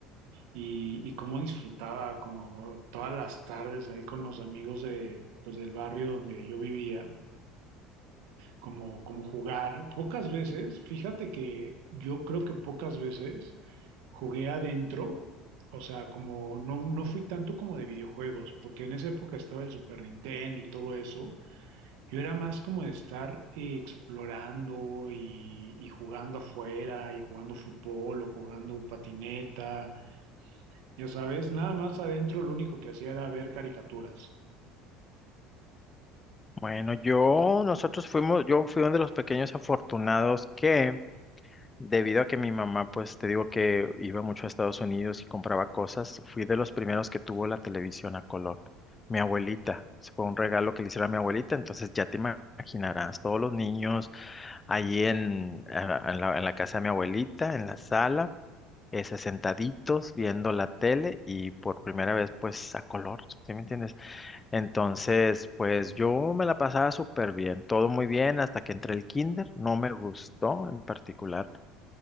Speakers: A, on the right; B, on the left.
A: Y, y cómo disfrutaba como todas las tardes ahí con los amigos de, pues, del barrio donde yo vivía, como, como jugar. Pocas veces, fíjate que yo creo que pocas veces jugué adentro, o sea, como no, no fui tanto como de videojuegos, porque en esa época estaba el Super Nintendo y todo eso. Yo era más como de estar eh, explorando y, y jugando afuera y jugando fútbol o jugando patineta. Ya sabes, nada más adentro lo único que hacía era ver caricaturas.
B: Bueno, yo, nosotros fuimos, yo fui uno de los pequeños afortunados que Debido a que mi mamá, pues te digo que iba mucho a Estados Unidos y compraba cosas, fui de los primeros que tuvo la televisión a color. Mi abuelita, se fue un regalo que le hicieron a mi abuelita, entonces ya te ima- imaginarás, todos los niños ahí en, a- en la, en la casa de mi abuelita, en la sala, ese, sentaditos viendo la tele y por primera vez pues a color, ¿sí me entiendes? Entonces, pues yo me la pasaba súper bien, todo muy bien hasta que entré el kinder, no me gustó en particular